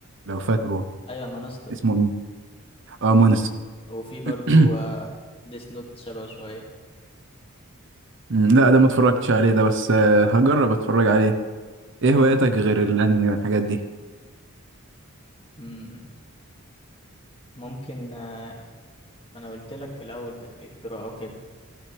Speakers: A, on the right (about 60°); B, on the left (about 25°).
A: لو فاكره
B: أيوة مانستر
A: اسمه إيه؟ اه مونس
B: وفي برضو
A: <clears throat>
B: ديس نوت شبه شوية
A: لا ده ما اتفرجتش عليه ده بس آه، هجرب اتفرج عليه ايه
B: تمام
A: هواياتك غير الانمي والحاجات دي
B: مم، ممكن آه، ما أنا قلت لك في الأول ت- القراءة وكده